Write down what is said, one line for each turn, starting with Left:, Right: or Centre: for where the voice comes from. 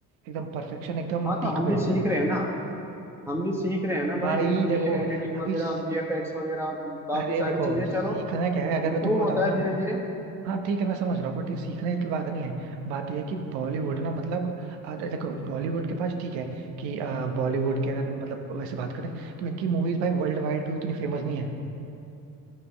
Right: एकदम परफेक्शन एकदम
Centre: हाँ
Right: पीक
Centre: तो हम
Right: पे
Centre: भी
Right: होता
Centre: सीख
Right: है
Centre: रहे हैं ना हम भी सीख रहे हैं ना भाई
Right: भाई
Centre: ये
Right: देखो
Centre: एडिटिंग
Right: अभी
Centre: वगैरह
Right: स-
Centre: वीएफएक्स वगैरह काफी
Right: अरे
Centre: सारी
Right: देखो
Centre: चीजें
Right: सीखना
Centre: चलो
Right: क्या है अगर मैं
Centre: इम्प्रूव
Right: तुमको बताऊं
Centre: होता है
Right: ना
Centre: धीरे धीरे
Right: हाँ ठीक है मैं समझ रहा हूँ बट ये सीखने की बात नहीं है बात ये है कि बॉलीवुड ना मतलब अ, देखो बॉलीवुड के पास ठीक है कि बॉलीवुड के अगर मतलब वैसे बात करें तो इनकी मूवीज भाई वर्ल्ड वाइड भी उतनी फेमस नहीं है